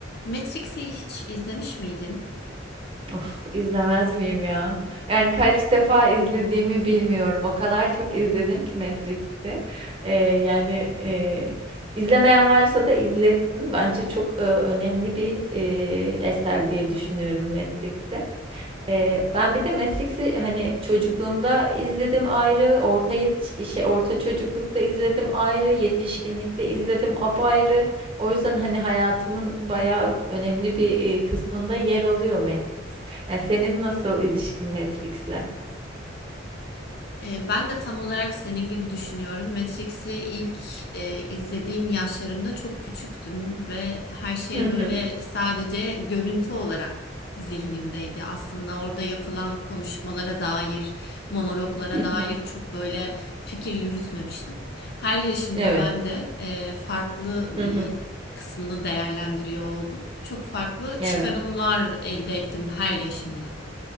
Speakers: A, on the left; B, on the right.
A: Matrix'i hiç izlemiş miydin?
B: Of izlemez miyim ya? Yani kaç defa izlediğimi bilmiyorum. O kadar çok izledim ki Matrix'i. Ee, yani e, izlemeyen varsa da izletsin. Bence çok e, önemli bir e, eser diye düşünüyorum Matrix'i. Ee, ben bir de Matrix'i hani çocukluğumda izledim ayrı, orta yetiş şey orta çocuklukta izledim ayrı, yetişkinlikte izledim apayrı. O yüzden hani hayatımın bayağı önemli bir e, kısmında yer alıyor Matrix. Yani senin nasıl ilişkin Matrix'le?
A: Ee, ben de tam olarak senin gibi düşünüyorum. Matrix'i ilk e, izlediğim yaşlarımda çok küçüktüm ve her şey
B: Hı hı.
A: böyle sadece görüntü olarak zihnimdeydi. Aslında orada yapılan konuşmalara dair, monologlara
B: Hı
A: dair
B: hı.
A: çok böyle fikir yürütmemiştim. Her yaşımda
B: Evet.
A: ben de e, farklı bir
B: Hı hı.
A: kısmını değerlendiriyor oldum. Çok farklı
B: Evet.
A: çıkarımlar elde ettim her yaşımda.